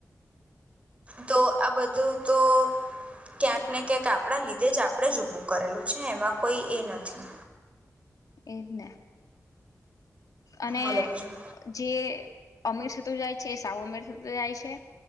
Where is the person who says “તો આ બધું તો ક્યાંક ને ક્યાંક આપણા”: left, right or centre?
Right